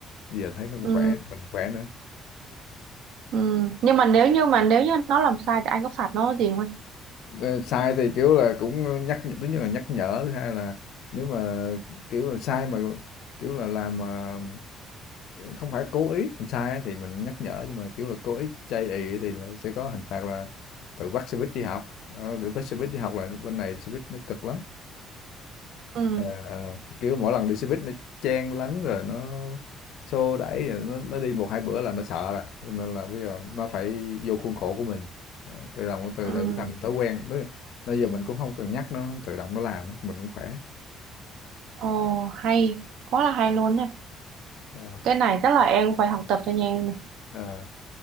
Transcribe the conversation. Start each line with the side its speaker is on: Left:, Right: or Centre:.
Left: bây giờ thấy nó cũng
Right: ừ,
Left: khỏe mình khỏe nữa
Right: ừ. Nhưng mà nếu như mà nếu như nó làm sai thì anh có phạt nó gì không anh?
Left: Ờ, sai thì kiểu là cũng nhắc nhở thứ nhất là nhắc nhở thứ hai là nếu mà kiểu là sai mà kiểu là làm mà không phải cố ý làm sai á thì mình nhắc nhở nhưng mà kiểu là cố ý chây ì thì là sẽ có hình phạt là tự bắt xe buýt đi học Ờ, tự bắt xe buýt đi học là bên này xe buýt nó cực lắm
Right: Ừ,
Left: Ờ, ờ. Kiểu mỗi lần đi xe buýt nó chen lấn rồi nó xô đẩy rồi nó, nó đi một hai bữa là nó sợ rồi Cho nên là bây giờ nó phải vô khuôn khổ của mình Ờ, tự động từ
Right: ừ.
Left: từ thành thói quen nó bây giờ mình cũng không cần nhắc nó tự động nó làm á, mình cũng khỏe
Right: Ồ, hay, quá là hay luôn nè.
Left: Ờ,
Right: Cái này chắc là em phải học tập cho nhà em này.
Left: ờ.